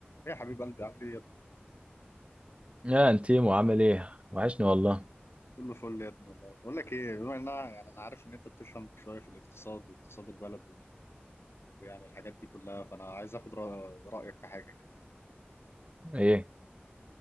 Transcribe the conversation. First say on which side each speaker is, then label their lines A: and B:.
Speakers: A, on the left; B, on the right.
A: ايه يا حبيب قلبي عامل ايه يا ابني؟
B: يا انتيمو عامل ايه وحشني والله
A: كله فل يا ابني والله بقول لك ايه بما ان أنا- يعني انا عارف ان انت بتفهم شويه في الاقتصاد واقتصاد البلد وال- ويعني الحاجات دي كلها فانا عايز اخد رأ- رايك في حاجه كده
B: ايه